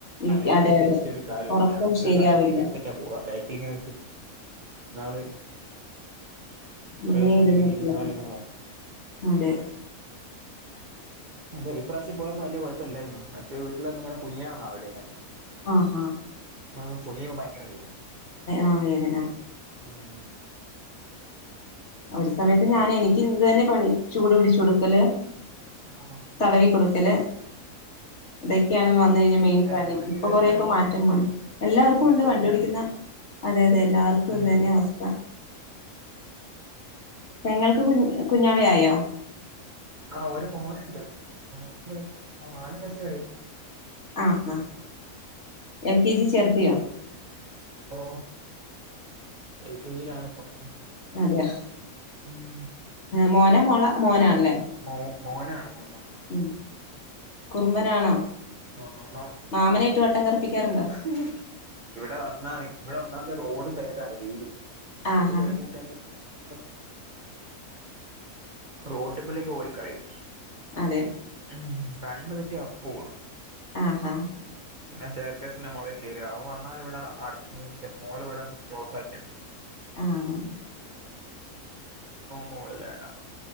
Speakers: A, on the left; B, on the right.
A: ഇരിക്ക
B: തലേണന്ന
A: അതെ അതെ
B: വെച്ചിട്ടൊ കാല്
A: ഉറക്കം
B: ഞാ എന്നിട്ട്
A: ശരിയാവില്ല
B: തലേണൊക്കെ എടുത്തിട്ടാ പോവാ ബാറ്റ നാള്
A: അങ്ങനെ
B: കുറേ സമയം
A: ഇരുന്നിട്ടുള്ളപ്പ
B: ഇങ്ങനെ ഇരുന്നാല് ഇങ്ങനെ ഭയങ്കര
A: അതെ
B: അതെ ഇപ്രാവശ്യം പോയപ്പോ വിയ കുഴപ്പില്ലല്ലായിരുന്നു മറ്റ വീട്ടിൽൊന്ന ഇങ്ങന കുനിയണന്നാവില്ലേനെ അങ്ങനെ
A: ആഹഹ
B: നമ്മ കുനിയ ഭയങ്കര വീന
A: ആ വേദന
B: ഉം
A: ഒരു സമയത്ത് ഞാൻ എനിക്ക് ഇതു തന്നെ പണി ചൂട് പിടിിച്ച
B: ഉം
A: കൊടുക്കല്
B: ആഹ്
A: തടവിിക്ക കൊടുക്കല് ഇത വന്ന കഴിഞ്ഞാൽ മെയിൻ
B: ഏതായാലും
A: പണി
B: ഒരുവിധം
A: ഇപ്പൊ കൊറെേൊക്കെ
B: എല്ലാർക്കും
A: മാറ്റം
B: വരുന്നുണ്ട്
A: വ
B: ഇപ്പൊ ബാക്ക്
A: എല്ലാവർക്കും
B: പെയിൻ അല്ലാത്തവർക്കും
A: ഉണ്ട് വണ്ടിപടിക്കുന്ന
B: വരുന്നുണ്ട്
A: അതെ അതെ എല്ലാവർക്കും
B: ഉം
A: അത് തന്നെ അവസ്ഥ തെങ്ങൾക്ക് കുഞ് കുഞ്ഞാവയയോ?
B: ആഹ ഒരു മോനുണ്ട് ന വയ ആ നാലു വയ കഴിഞ്ഞു
A: അഹണ എൽ കെ ജി ചേർത്തിയോ?
B: ഇപ്പോ എൽ കെയിലാണിപ്പം
A: അതെ
B: ഉം
A: മോന മോള മോനാണല്ലേ
B: മോ മോനാണ് മോനോ
A: ഉം കുറുമ്പനാണോ
B: ആതാണ്
A: മാമനായിട്ട് വട്ടം കറപ്പിക്കാറുണ്ടോ
B: ഉ ഇവിടെ വന്നാ ഇവിടെ വന്നാ റോഡ് സൈഡ ആണ വീട് റോഡ്
A: ആഹാ
B: സൈഡ് വെച്ചാല് കണ്ടി പോല റോട്ടുമമ്മള്ളേക്ക് ഓടിക്കളയും
A: അതെ
B: ഉ കണ്ട തെറ്റി അപ്പോ ടും
A: ആഹാ
B: പിന്നെ ഷേർക്കേഴസിന്റെ മുകളളിൽ കയുക അവ വന്നാല ഇവിടെ മോൾ ഇവിടെ അങ്ങനെ ക്ലോസ് ആക്കിെടുക്കു
A: ആഹ
B: മുകളില ഉണ്ടാവും